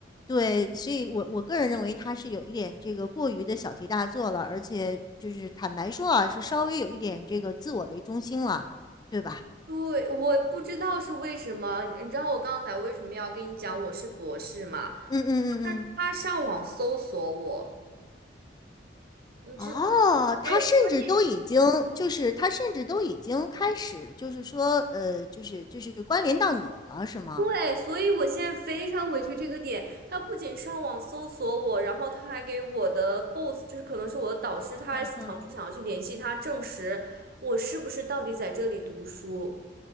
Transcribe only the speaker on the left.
对，所以我我个人认为他是有一点这个过于的小题大做了，而且就是坦白说啊，是稍微有一点这个自我为中心了，对吧？
嗯嗯嗯嗯。
哦，他甚至都已经就是他甚至都已经开始就是说呃就是就是关联到你了是吗？
嗯嗯，